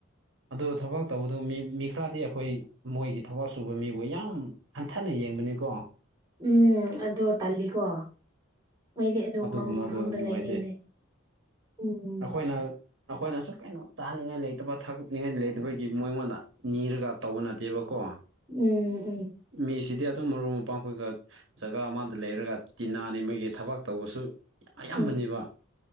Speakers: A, on the right (about 65°); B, on the right (about 20°).
A: ꯑꯗꯨ ꯊꯕꯛ ꯇꯧꯕꯗꯣ ꯃꯤ ꯃꯤ ꯈꯔꯗꯤ ꯑꯩꯈꯣꯏ ꯃꯣꯏꯒꯤ ꯊꯕꯛ ꯁꯨꯕ ꯃꯤꯕꯨ ꯌꯥꯝ ꯍꯟꯊꯅ ꯌꯦꯡꯕꯅꯤꯀꯣ
B: ꯎꯝ ꯑꯗꯣ ꯇꯜꯂꯤꯀꯣ ꯃꯩꯗꯤ ꯑꯗꯨ
A: ꯑꯗꯨꯒꯨꯝꯕꯗꯣ
B: ꯃꯃꯝ ꯃꯐꯝꯗ
A: ꯅꯨꯡꯉꯥꯏꯇꯦ
B: ꯂꯩꯅꯤꯡꯗꯦ ꯎꯝ
A: ꯑꯩꯈꯣꯏꯅ ꯑꯩꯈꯣꯏꯅꯁꯨ ꯀꯩꯅꯣ ꯆꯥꯅꯤꯡꯉꯥꯏ ꯂꯩꯇꯕ ꯊꯒꯛꯅꯤꯡꯉꯥꯏ ꯂꯩꯇꯕꯒꯤ ꯃꯉꯣꯟꯗ ꯅꯤꯔꯒ ꯇꯧꯕ ꯅꯠꯇꯦꯕꯀꯣ
B: ꯎꯝ ꯎꯝ ꯎꯝ
A: ꯃꯤꯁꯤꯗꯤ ꯑꯗꯨꯝ ꯃꯔꯨꯞ ꯃꯄꯥꯡ ꯑꯣꯏꯒ ꯖꯒꯥ ꯑꯃꯗ ꯂꯩꯔꯒ ꯇꯤꯅꯥ ꯅꯤꯃꯒꯤ ꯊꯕꯛ ꯇꯧꯕꯁꯨ ꯑꯌꯥꯝꯕꯅꯦꯕ
B: ꯎꯝ